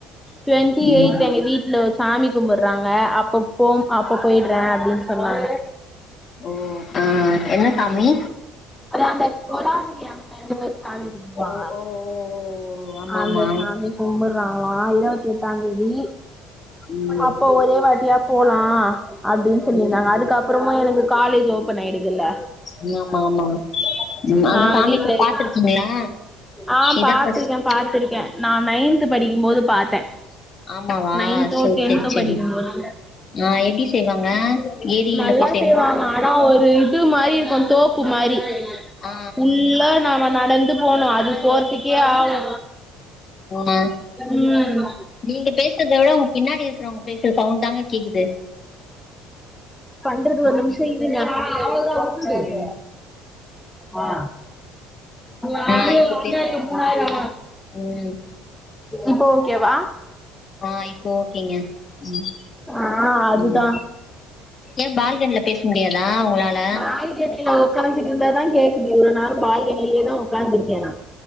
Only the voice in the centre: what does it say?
டொவின்டிஎய்த்
எங்க வீட்ல ஒரு சாமி கும்புட்றாங்க அப்போ போம் அப்போ போயிட்றே அப்படின் சொன்னாங்க
அதா அந்த கொலாவரி அம்மன் னு ஒரு சாமி கும்பறாங்களா
அந்த சாமி கும்பட்றாங்களா இருபத்தி எட் தாங்கிவி
அப்போ ஒரே வாட்டியா போலா அப்டின் சொல்லிருந்தாங்க
அதுக்கப் அப்புறமா எனக்கு காலேஜி ஓபன் ஆயிடுதுல
நா
வீட்டுல
இருக்க
ஆ
பாத்திருக்கே
பாத்திருக்கே நா நயன்த் படிக்கும்போது பாத்தே
நயண்த்தோ
டெண்த்தோ
படிக்கும்போது
நல்லா
செய்வாங்க ஆனா ஒரு இது மட் மாறி இருக்கு தோப்பு மாரி
உள்ள நாம நடந் இன்னு போணு அது போரதுக்கே ஆகு
ம்
த்தர்கு ஒரு நிமிஷோ இருங்க அவ்ளோ தா அவுட்
ஆ யாரையோ
அநியாயத்துக்
மூவாயிரோ
இப்போ ஓகேவா
ஆ அதுதா
பால்கனில உக்காந்துட்டு இருந்தா தான் கேக்குது இவ்ளோ நேரம் பால்கனிலேதா உக்காந்திருக்கேன் நா